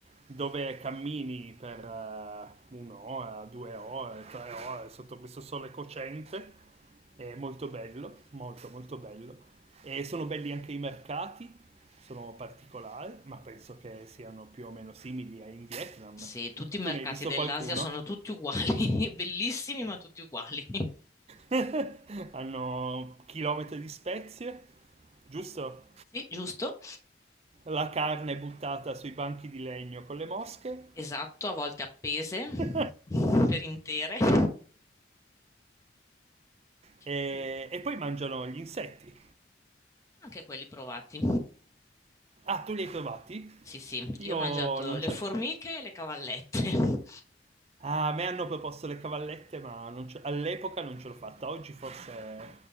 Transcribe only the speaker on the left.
Sì, tutti i mercati
dell'Asia
sono tutti uguali, <laughs> bellissimi ma tutti uguali.
Sì, giusto.
Esatto, a volte appese
per intere. <laughs>
Sì,
anche quelli provati.
Sì, sì,
io ho mangiato
le
formiche e le cavallette. <laughs>